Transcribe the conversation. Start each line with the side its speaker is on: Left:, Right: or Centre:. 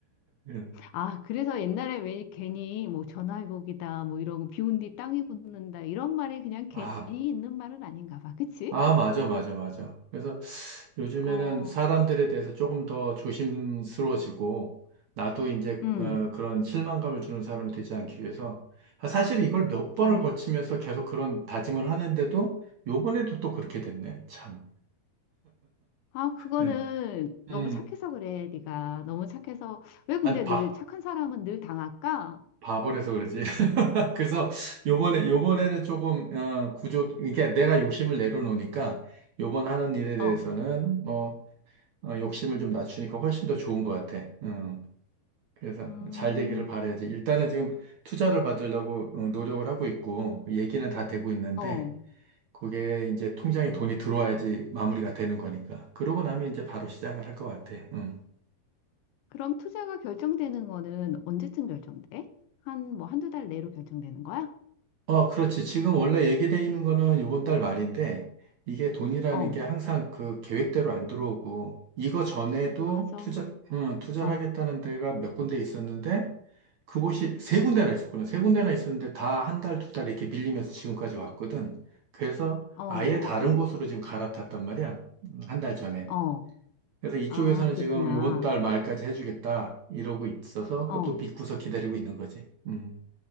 Right: 예.
Left: 아, 그래서 옛날에 왜 괜히 뭐 전화위복이다, 뭐 이런 거 비온 뒤 땅이 굳는다, 이런 말이 그냥 괜히
Right: 아,
Left: 있는 말은 아닌가 봐. 그치?
Right: 아, 맞아, 맞아, 맞아. 그래서 요즘에는
Left: 어,
Right: 사람들에 대해서 조금 더 조심스러워지고, 나도 이제
Left: 음,
Right: 어, 그런 실망감을 주는 사람이 되지 않기 위해서, 아, 사실 이걸 몇 번을
Left: 어.
Right: 거치면서 계속 그런 다짐을 하는데도, 요번에도 또 그렇게 됐네, 참.
Left: 아, 그거는
Right: 음,
Left: 너무
Right: 음,
Left: 착해서 그래, 네가. 너무 착해서. 왜
Right: 안
Left: 근데
Right: 봐.
Left: 늘 착한 사람은 늘 당할까?
Right: 바보라서 그러지. 그래서 요번에 요번에는 조금 어, 구조 이게 내가 욕심을 내려놓으니까 요번 하는 일에 대해서는
Left: 어,
Right: 뭐 어, 욕심을 좀 낮추니까 훨씬 더 좋은 것 같아. 음, 그래서
Left: 음,
Right: 잘 되기를 바라야지. 일단은 지금 투자를 받으려고 어, 노력을 하고 있고 얘기는 다 되고 있는데
Left: 어.
Right: 그게 이제 통장에
Left: 음.
Right: 돈이 들어와야지 마무리가 되는 거니까. 그러고 나면 이제 바로 시작을 할 것 같아. 음.
Left: 그럼 투자가 결정되는 거는 언제쯤 결정돼? 한 뭐 한두 달 내로 결정되는 거야?
Right: 어, 그렇지. 지금 원래 얘기돼 있는 거는 요번 달 말인데, 이게 돈이라는
Left: 어,
Right: 게 항상 그 계획대로 안 들어오고, 이거 전에도
Left: 맞아.
Right: 투자, 음, 투자를
Left: 어, 어,
Right: 하겠다는 데가 몇 군데 있었는데, 그곳이 세 군데나 있었거든. 세 군데나 있었는데 다 한 달, 두 달 이렇게 밀리면서 지금까지 왔거든. 그래서
Left: 어,
Right: 아예 다른 곳으로 지금 갈아탔단 말이야. 음, 한달 전에.
Left: 어, 어.
Right: 그래서 이쪽에서는
Left: 아, 그랬구나.
Right: 지금 요번 달 말까지 해주겠다. 이러고 있어서
Left: 어.
Right: 그것도 믿고서 기다리고 있는 거지. 음.